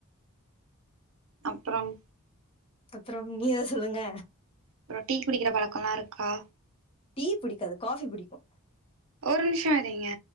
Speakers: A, on the right (about 65°); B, on the left (about 25°).
A: அப்றம்
B: அப்றம் நீ எதோ சொல்லுங்க
A: அப்றோ டீ குடிக்கிற பழக்கோலாருக்கா
B: டீ புடிக்காது காஃபி புடிக்கு
A: ஒர் நிம்ஷோ இரீங்க